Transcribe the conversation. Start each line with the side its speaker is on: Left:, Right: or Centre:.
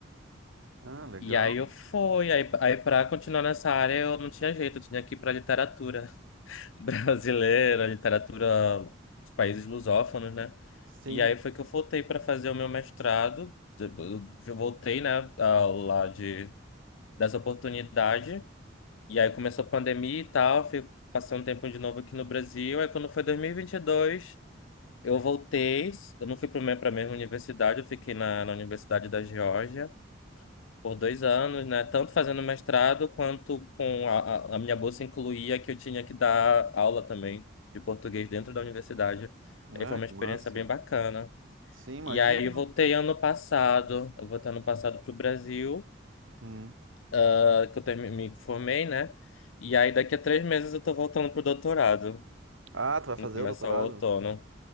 Right: Ah, legal.
Left: E aí eu fui, aí, aí para continuar nessa área eu não tinha jeito, eu tinha que ir para literatura <laughs> brasileira, literatura dos países lusófonos, né?
Right: Sim.
Left: E aí foi que eu voltei para fazer o meu mestrado, eu eu voltei, né, ah, lá de dessa oportunidade, e aí começou a pandemia e tal, fui passando um tempo de novo aqui no Brasil, aí quando foi 2022, eu voltei, eu não fui para a mesma universidade, eu fiquei na, na Universidade da Geórgia, por dois anos, né? Tanto fazendo mestrado quanto com a, a a minha bolsa incluía que eu tinha que dar aula também de português dentro da universidade. Aí foi
Right: Ah,
Left: uma
Right: que
Left: experiência
Right: massa.
Left: bem bacana.
Right: Sim, imagino.
Left: E aí eu voltei ano passado, eu voltei ano passado pro Brasil,
Right: Hum.
Left: ah, que eu termi- me formei, né? E aí daqui a três meses eu tô voltando pro doutorado,
Right: Ah, tu vai fazer
Left: no começo
Right: o doutorado?
Left: do outono.